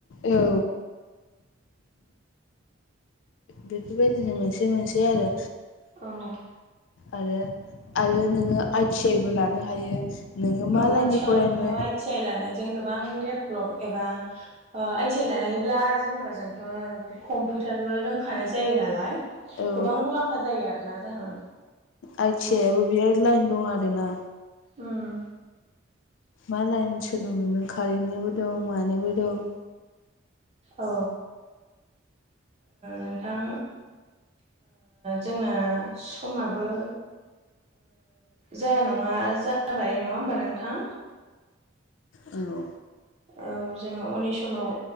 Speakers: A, on the left; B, on the right.
A: औ बेफोरबायदिनो मोनसे मोनसे आरो
B: औ
A: आरो आरो नोङो आइ टि आइबो लानो हायो नोङो
B: औ
A: मा लाइननि
B: आथिखालावथ
A: फरायनो
B: आइटि आइ लानाय गोबां देब्लब एबा आइ टि आइ थानायब्ला जेनबा जोंथ कम्पुटारबो रोंखानाय जायो नालाय
A: औ
B: गोबां मुलाम्फा जायो आरोोना जोङो
A: आइ टि आइयाबो बे लाइन दं आरोना
B: उम
A: मा लाइन सोलों नों कारेन्टनिबो दं मानिबो दं
B: औ नोंथां जोंना समाबो जाया नङा जाबाय नङा होमबा नोंथां
A: औ
B: औ जोङो उननि समाव